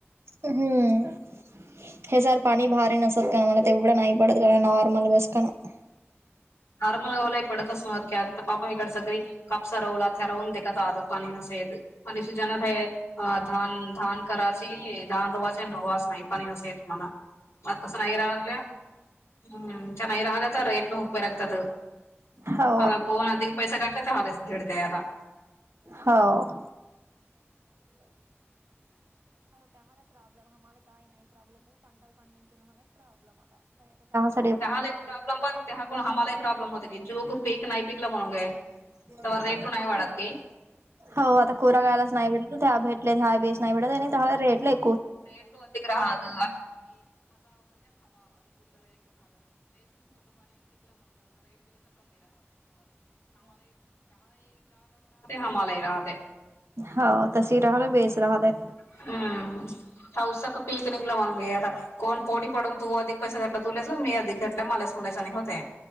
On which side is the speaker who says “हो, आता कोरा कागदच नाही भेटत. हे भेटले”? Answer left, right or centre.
Right